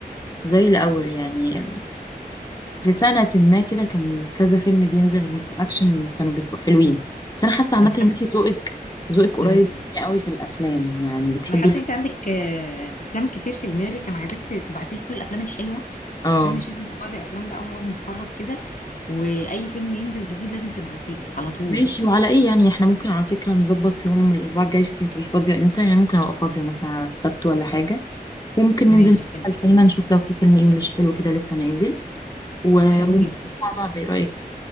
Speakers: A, on the left; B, on the left.
A: زي الاول يعني في سنة ما كده كان كذا فيلم بينزل أكشن كانوا بيبقوا حلوين بس أنا حاسة عامة
B: أنا
A: إن أنتي ذوقك ذوقك قريب
B: حاسة
A: مني قوي في الأفلام يعني بتحبي
B: انا حاسه
A: ال-
B: ان انت عندك آه، افلام كتير في دماغي كان عايزاك تبعتي لي كل الافلام الحلوه
A: اه
B: عشان نشيل مع بعض افلام بقى ونقعد نتفرج كده واي فيلم ينزل جديد لازم تبعتي لي على طول
A: ماشي وعلى إيه يعني إحنا ممكن على فكرة نظبط يوم من الأسبوع الجاي شوفي هتبقي فاضية إمتى يعني ممكن أبقى فاضية مثلا على السبت ولا حاجة وممكن
B: ماشي
A: ننزل
B: حلو
A: على السينما نشوف لو في فيلم إنجليش حلو كده لسه نازل و...
B: طب حلو
A: ونشوف
B: جدا
A: مع بعض إيه رأيك؟